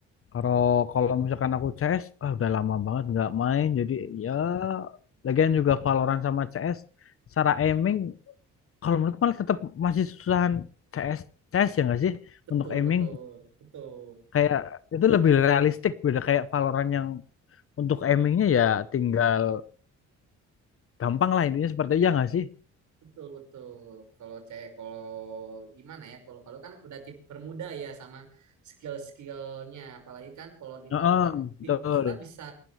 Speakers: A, on the left (about 45°); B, on the right (about 70°).
A: Kalau kalau misalkan aku CS, ah udah lama banget nggak main. Jadi ya, lagian juga Valorant sama CS, secara aiming, kalau menurutku malah tetap masih susahan CS, CS ya nggak sih?
B: betul
A: Untuk aiming
B: betul betul.
A: kayak itu lebih realistik, beda kayak Valorant yang untuk aimingnya ya tinggal gampang lah intinya seperti itu ya nggak sih?
B: Betul betul. Kalau cewek kalau gimana ya? Kalau kalau kan udah tip permuda ya sama skill-skillnya. Apalagi kan kalau di
A: Heeh,
B: Valo kan bi-
A: betul.
B: kita bisa